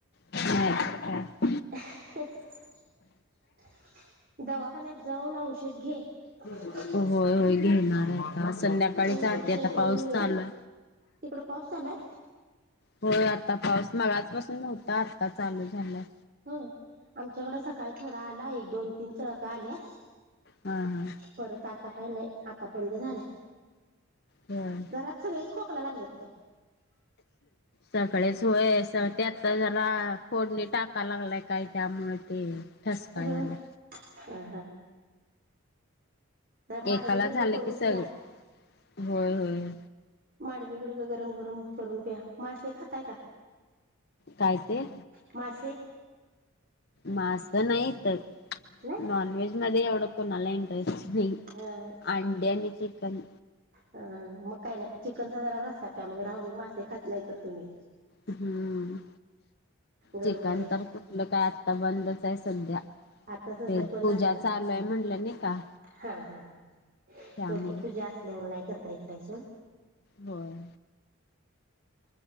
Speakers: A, on the left; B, on the right.
A: नाय तर काय,
B: <unintelligible> दवाखान्यात जाऊन औषध,, घे <unintelligible>
A: होय होय घेणार आहे, आता अस, संध्याकाळीजाते
B: इंजेक्शन
A: आता
B: करून
A: पाऊस
B: ये
A: चालूय,
B: तिकड पाऊस चालाय
A: होय आता पाऊस मगाचपसून नव्हता, आता चालू झालाय,
B: होय आमच्याकडे सकाळी थोडा आला एक दोन, तीन चळका आल्या,
A: हा हा
B: परत आता काही नाही आता बंद झाल्या,
A: होय
B: घरात सगळेच खोकला लागलेत का?
A: सगळेच होय त्यातता जला फोडणी टाका लागलाय, काय त्यामुळे ते ठसका
B: होय
A: याला,
B: ह जरा माडगं,
A: एकाला
B: बिडगं
A: झालं
B: करून
A: की सगळं
B: प्या,
A: होय होय
B: माडगं बिडगं गरम गरम करून, मासे खताय का?
A: काय ते,
B: मासे
A: मासं नाही तर,
B: नाही
A: नॉनव्हेज मध्ये एवढं, कोणाला इंटरेस्ट नाही.
B: अ
A: अंड्या, आणि चिकन,
B: अ मग काय नाही चिकनचा जरा रस्ता प्या मग राहू दे मासे खात नाही तर तुम्ही,
A: हम्म
B: गरम
A: चिकन
B: गरम
A: तर कुठलं काय, आत्ता बंदच आहे सध्या,
B: आता सध्या
A: ते
B: बंद
A: पूजा
B: असणार,
A: चालू आहे म्हटलं नाही का
B: हा हा ह,
A: त्यामुळे
B: ओके पूजा असल्यावर नाही, करता येत काय सोड,
A: होय,